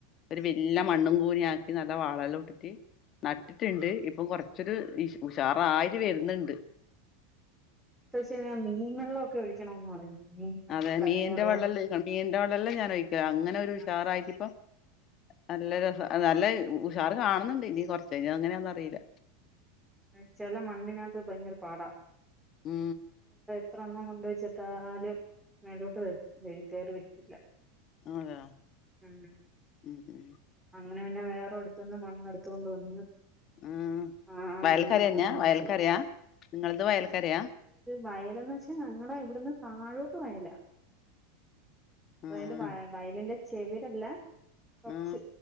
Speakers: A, on the left (about 35°); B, in the centre.
A: ഒരു വല്ല മണ്ണും കൂന ആക്കി നല്ല വളല്ല ഇട്ടിട്ട് നട്ടിട്ടുണ്ട് ഇപ്പം കൊറച്ചൊരു ഉഷാറായി വരുന്നുണ്ട്
B: ആ അ മീൻ വെള്ളമൊക്കെ ഒഴിക്കണമെന്ന് പറയുന്നു മീൻ വെള്ളവും
A: അതെ
B: കഞ്ഞി
A: മീൻന്റെ
B: വെള്ളവും
A: വള്ളംല്ല മീന്റെ വെള്ളല്ലാം ഞാൻ ഒഴിക്ക അങ്ങനെ ഒരു ഉഷാറായിട്ട
B: ആ
A: ഇപ്പൊ നല്ല രസം നല്ല ഉഷാർ കാണുന്നുണ്ട് ഇനി കൊറച്ച് കഴിഞ്ഞ് അങ്ങനെയാണെന്ന് അറിയില്ല
B: ആ ചല മണ്ണിനകത്ത് ഭയങ്കര പാടാ
A: ഉം
B: അത്ര എണ്ണം കൊണ്ട വച്ചിട്ടാലും മേലോട്ട് വരത്തി കയറി വരത്തില്ല
A: അതാ
B: ഉം
A: ഉ ഉ
B: അങ്ങനെ പിന്നെ വേറെ അടുത്തുന്ന് മണ്ണ് എടുത്തു കൊണ്ട് വന്ന്
A: ഉം
B: ആഹ്
A: വയൽക്കരന്നെയാ
B: മണ്ണിന് മണ്ണിനകത്ത്
A: വയൽക്കരയാ
B: വെച്ച്
A: നിങ്ങളത് വയൽക്കരയാ
B: വയലന്ന് വെച്ചാ ഞങ്ങള ഇവിടന്ന് താഴോട്ട് വയല അതായത്
A: ആഹ്
B: വ വയലിന്റെ ചെവിരല്ല കൊറച്ച്
A: ആ